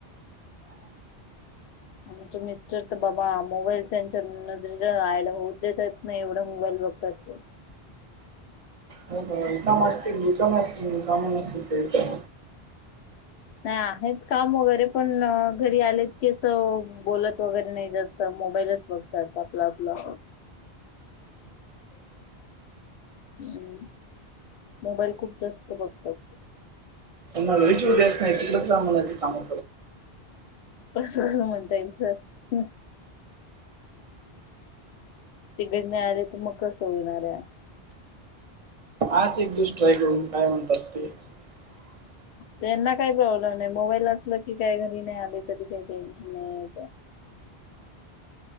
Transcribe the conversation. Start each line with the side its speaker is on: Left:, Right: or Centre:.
Left: मच मिस्टर तर बाबा मोबाईल त्यांच्या नजरेच्या आयला होऊ देेत. नाही एवढा मोबाईल बघतात ते.
Right: हो रकाम असतील रिकमी असतीलकाम नसतील ते.
Left: हा हेच काम वगैरे पण घरी आलेत की असं बोलत वगैरे नाही जास्त मोबाईलच. बघतात आपलं आपलं. हम् मोबाईल खूप जास्त बघतात.
Right: त्यांना वेळीचे अस नाही तिकच राम म्हच काम.
Left: असंच म्हणतय सर हम्म. तिकड नाही आले तर कसं होणार आहे.
Right: आज एक दिवस ट्राय करून काय म्हणतात ते. <inaudible>
Left: त्यांना काही जवळ आणाय प्रॉब्लेम नाही मोबाईल असल की काही घरी नाही आले तरी काही टेन्शन नाही.